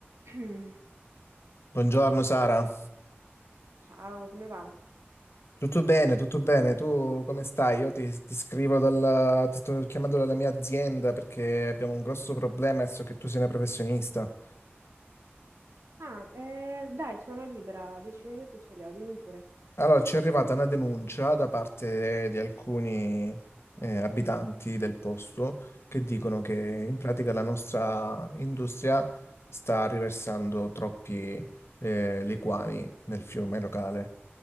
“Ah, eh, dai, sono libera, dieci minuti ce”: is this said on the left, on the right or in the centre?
Right